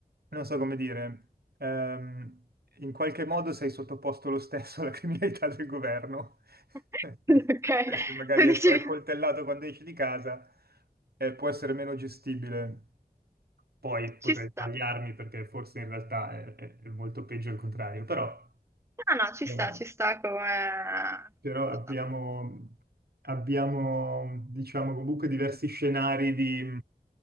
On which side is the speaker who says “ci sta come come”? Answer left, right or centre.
Right